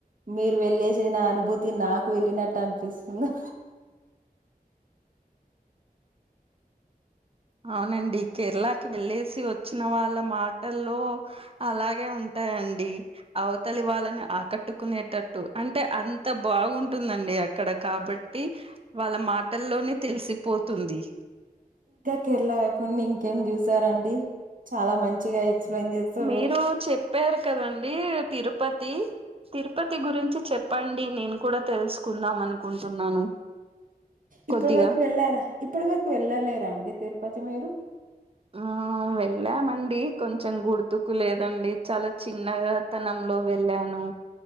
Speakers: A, on the right; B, on the right.
A: మీరు వెళ్ళేసి నా అనుభూతి నాకు వెళ్ళినట్టు అనిపిస్తుంది
B: అవునండి కేరళకి వెళ్ళేసి వచ్చిన వాళ్ళ మాటల్లో అలాగే ఉంటా యండి అవతలి వాళ్ళని ఆకట్టుకునేటట్టు అంటే అంత బాగుంటుందండి అక్కడ కాబట్టి వాళ్ళ మాటల్లోనే తెలిసిపోతుంది
A: కేరళా కాకుండా ఇంకేం చూసారండి చాలా మంచిగా ఎక్స్ప్లెయిన్ చేస్తారు
B: మీరు చెప్పారు కదండి తిరుపతి తిరుపతి గురించి చెప్పండి నేను కూడా తెలుసుకుందాం అనుకుంటున్నాను
A: ఇప్పటి
B: కొద్దిగా
A: వరకు వెళ్ళారా ఇప్పటి వరకు వెళ్ళలేరా అండి తిరుపతి మీరు
B: ఆ వెళ్ళామండి కొంచెం గుర్తుకు లేదండి చాలా చిన్నగా తనంలో వెళ్ళాను